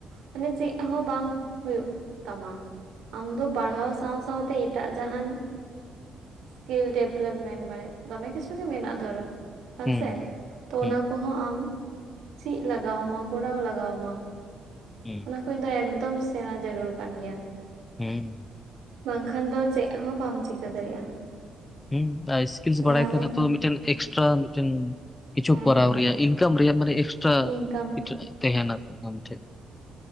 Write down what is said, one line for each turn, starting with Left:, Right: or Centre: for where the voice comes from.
Right: ᱢᱟᱱᱮ ᱪᱮᱫ ᱦᱚᱸ ᱵᱟᱝ ᱦᱩᱭᱩᱜ ᱛᱟᱢᱟ᱾ ᱟᱢ ᱫᱚ ᱯᱟᱲᱦᱟᱣ ᱥᱟᱶ ᱥᱟᱶ ᱥᱟᱶᱛᱮ ᱮᱴᱟᱜ ᱡᱟᱦᱟᱱ, ᱥᱠᱤᱞ ᱰᱮᱵᱷᱞᱚᱯᱢᱮᱱᱴ ᱢᱟᱱᱮ ᱫᱚᱢᱮ ᱠᱤᱪᱷᱩ ᱜᱮ ᱢᱮᱱᱟᱜᱼᱟ ᱫᱷᱚᱨᱚ ᱵᱟᱝᱥᱮ
Left: ᱦᱩᱸ
Right: ᱛᱚ
Left: ᱦᱩᱸ ᱦᱩᱸ
Right: ᱚᱱᱟ ᱠᱚᱦᱚᱸ ᱟᱢ ᱪᱮᱫ ᱞᱟᱜᱟᱣ ᱟᱢᱟ ᱠᱚᱨᱟᱣ ᱞᱟᱜᱟᱣ ᱟᱢᱟ᱾
Left: ᱦᱩᱸ
Right: ᱚᱱᱟ ᱠᱚᱫᱚ ᱮᱠᱫᱚᱢ ᱥᱮᱬᱟ ᱡᱟᱹᱨᱩᱲ ᱠᱟᱱ ᱜᱮᱭᱟ᱾
Left: ᱦᱮ
Right: ᱵᱟᱝᱠᱷᱟᱱ ᱫᱚ ᱪᱮᱫ ᱦᱚᱸ ᱵᱟᱢ ᱪᱤᱠᱟᱹ ᱫᱟᱲᱮᱭᱟᱜᱼᱟ᱾
Left: ᱦᱩᱸ ᱟᱨ ᱥᱠᱤᱞᱥ
Right: ᱢᱟᱱᱮ
Left: ᱵᱟᱲᱟᱭ
Right: ᱮᱢᱚᱱ
Left: ᱠᱷᱟᱱ ᱛᱚ ᱢᱤᱫᱴᱮᱱ ᱮᱠᱥᱴᱨᱟ ᱢᱤᱫᱴᱮᱱ᱾ ᱠᱤᱪᱷᱩ
Right: ᱦᱮᱸ
Left: ᱠᱚᱨᱟᱣ
Right: ᱦᱮᱸ
Left: ᱨᱮᱭᱟᱜ ᱤᱱᱠᱟᱢ ᱨᱮᱭᱟᱜ ᱢᱟᱱᱮ ᱮᱠᱥᱴᱨᱟ
Right: ᱤᱱᱠᱟᱢ
Left: ᱠᱤᱪᱷᱩ ᱛᱟᱦᱮᱱᱟ᱾ ᱟᱢ ᱴᱷᱮᱡ